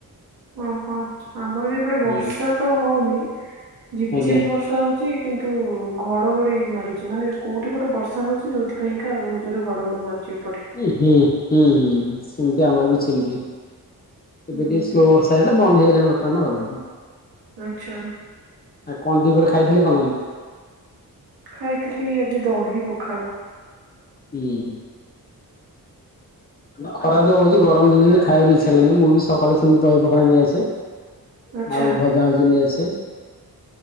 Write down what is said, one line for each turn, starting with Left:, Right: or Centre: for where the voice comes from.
Right: ଓହୋ ଆମର ବି ଏପଟେ
Left: ହୁଁ
Right: ବର୍ଷା ତ ହଉନି। ଝିପ୍
Left: ଆଜ୍ଞା
Right: ଝିପ୍ ବର୍ଷା ହଉଚି। କିନ୍ତୁ ଘଡଘଡି ମାରୁଚି ମାନେ କୋଉଠି ଗୋଟେ ବର୍ଷା ହଉଚି ଯୋଉ ସେଥିପାଇଁକା ବହୁ ଜୋରେ ଘଡଘଡି ମାରୁଚି ଏପଟେ।
Left: ଉ ହୁଁ ହୁଁ ହୁଁ ସେମିତି ଆମର ବି ସେମିତି।
Right: ହୁଁ
Left: ଏବେ ଟିକେ ସ୍ଲୋ ବର୍ଷା ହେଲେ ବନ୍ଦ ହେଇଗଲାଣି ବର୍ତ୍ତମାନ ଆଉ।
Right: ଆଚ୍ଛା
Left: ଆଉ କଣ ଦିପରେ ଖାଇଥିଲ କଣ?
Right: ଖାଇଥିଲି ଆଜି ଦହି ପଖାଳ।
Left: ହୁଁ। ଖରା
Right: ହୁଁ,
Left: ଜଉ ହଉଚି ଗରମ ଦିନରେ ବି ଖାଇବାକୁ ଇଚ୍ଛା ହେଲାନି ମୁଁ ବି ସକାଳୁ ସେମିତି ଦହି ପଖାଳ ନେଇଆସେ।
Right: ଆଚ୍ଛା
Left: ଆଉ ଭଜା ଜିଲି ଆସେ